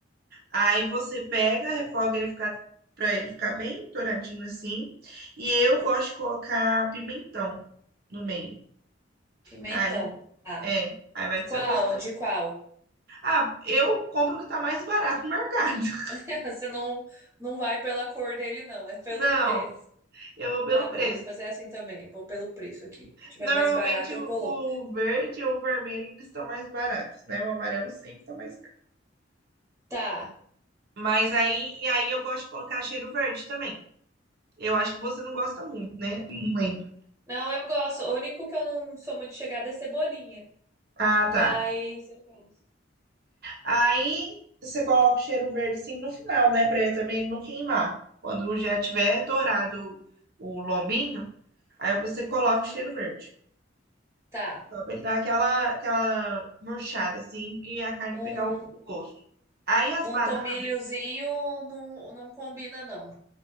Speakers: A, on the right; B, on the right.
A: Aí você pega, refoga ele ficar para ele ficar bem douradinho assim. E eu gosto de colocar pimentão no meio.
B: Pimentão.
A: Aí
B: Ah,
A: é, aí vai do
B: qual?
A: seu gosto. também.
B: De qual?
A: Ah, eu compro o que tá mais barato no mercado. <laughs>
B: <laughs> Você não, não vai pela cor dele, não, é pelo
A: Não,
B: preço.
A: eu vou pelo
B: Tá bom,
A: preço.
B: vou fazer assim também. Vou pelo preço aqui. O que tiver
A: Normalmente
B: mais barato, eu
A: o,
B: coloco.
A: o verde ou o vermelho eles estão mais baratos, né? O amarelo sempre tá mais caro.
B: Tá.
A: Mas aí, e aí eu gosto de colocar cheiro verde também. Eu acho que você não gosta muito, né? Não lembro.
B: Não, eu gosto. O único que eu não sou muito chegada é cebolinha.
A: Ah,
B: Mas
A: tá.
B: eu gosto.
A: Aí você coloca o cheiro verde assim no final, né? Pra ele também não queimar. Quando já tiver dourado o lombinho, aí você coloca
B: Uhum.
A: o cheiro verde.
B: Tá.
A: Só pra ele dar aquela, aquela murchada assim e a carne
B: Um,
A: pegar o, o gosto. Aí as
B: um
A: bananas,
B: tomilhozinho não, não combina, não.